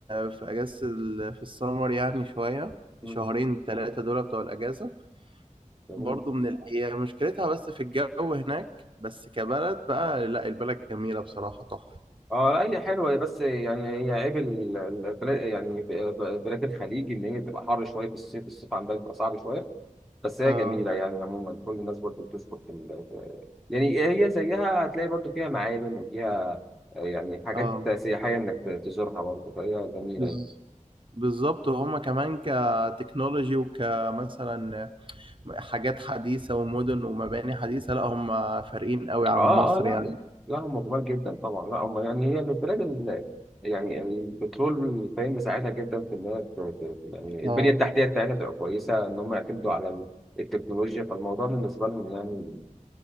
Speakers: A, on the right; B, in the centre.
A: في اجازه ال- في السمر يعني شويه
B: مم.
A: شهرين ثلاثه دول بتوع الاجازه
B: جميل
A: برضو من ال... هي مشكلتها بس في الجو هناك بس كبلد بقى لا البلد جميله بصراحه تحفه
B: اه لا هي حلوه هي بس يعني هي عيب ال- البلاد يعني ب- بلاد الخليج ان هي بتبقى حر شويه في الصيف الصيف عندها بيبقى صعب شويه بس هي
A: اه
B: جميله يعني عموما كل الناس برضه بتشكر في ال- في- يعني هي زيها هتلاقي برضه فيها معالم وفيها آه، يعني حاجات
A: اه
B: سياحيه انك ت- تزورها برضه فهي جميله
A: بز...
B: يعني
A: بالظبط وهما كمان كتكنولوجي وكمثلا حاجات حديثه ومدن ومباني حديثه لا هما فارقين قوي عن
B: اه
A: مصر
B: اه لا
A: يعني
B: لا هم جمال جدا طبعا لا هم يعني هي من البلاد اللي يعني البترول فاهم مساعدها جدا في ان هي ت- ت- يعني
A: اه
B: البنيه التحتيه بتاعتها تبقى كويسه ان هم يعتمدوا على ال- التكنولوجيا فالموضوع بالنسبه لهم يعني